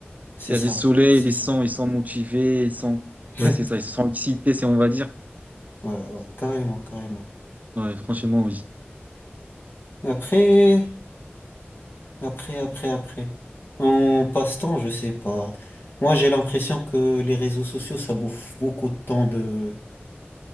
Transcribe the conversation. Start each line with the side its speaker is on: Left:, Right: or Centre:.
Left: c'est
Right: il y
Left: ça,
Right: a du soleil,
Left: c'est
Right: les
Left: ça.
Right: sons, ils sont motivés, ils sont,
Left: <laughs>
Right: ouais, c'est ça, ils sont excités, c'est, on va dire.
Left: Ouais, ouais, carrément, carrément.
Right: Ouais, franchement, oui.
Left: Et Après, après, après, après. En passe-temps, je sais pas. Moi, j'ai l'impression que les réseaux sociaux, ça bouffe beaucoup de temps de,